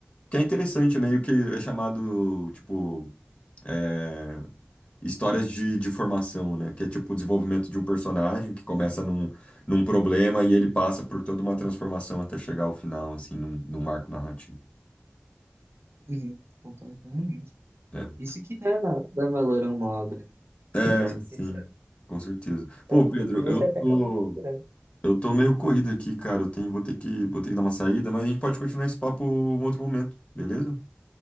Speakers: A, on the left (about 35°); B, on the right (about 90°).
A: Que é interessante, meio que é chamado, tipo... é, histórias de, de formação, né? Que é tipo o desenvolvimento de um personagem que começa num, num problema e ele passa por toda uma transformação até chegar ao final, assim, num, num arco narrativo,
B: Uhum, concordo plenamente.
A: né?
B: Isso que dá, va- dá valor a uma obra. né? Quando
A: É,
B: Você
A: sim,
B: percebe.
A: com certeza. Pô,
B: Vai-
A: Pedro,
B: Você
A: eu
B: até
A: tô,
B: acaba inspirando.
A: eu tô meio corrido aqui, cara. Eu tenho, vou ter que, vou ter que dar uma saída, mas a gente pode continuar esse papo em outro momento, beleza?